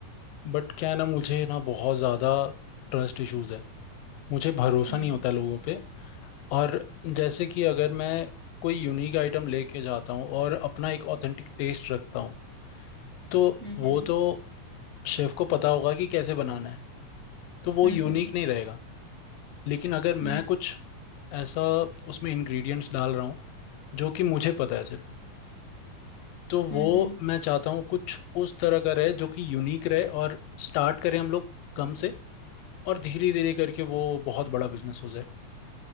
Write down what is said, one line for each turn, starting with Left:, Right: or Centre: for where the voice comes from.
Left: बट क्या है ना मुझे ना बहुत ज़्यादा ट्रस्ट इश्यूज है मुझे भरोसा
Right: हम्म
Left: नहीं होता लोगों पे और जैसे कि अगर मैं कोई यूनिक आइटम लेके जाता हूँ और अपना एक ऑथेंटिक टेस्ट रखता हूँ तो
Right: हम्म
Left: वो
Right: हम्म
Left: तो शेफ को पता होगा कि कैसे बनाना है तो वो
Right: हम्म
Left: यूनिक
Right: हम्म
Left: नहीं रहेगा लेकिन अगर
Right: हम्म
Left: मैं कुछ ऐसा उसमें इंग्रेडिएंट्स डाल रहा हूँ जो कि मुझे पता है सिर्फ तो वो
Right: हम्म हम्म
Left: मैं चाहता हूँ कुछ उस तरह का रहे जो कि यूनिक रहे और स्टार्ट करें हम लोग कम से और धीरे धीरे करके वो बहुत बड़ा बिजनेस हो जाए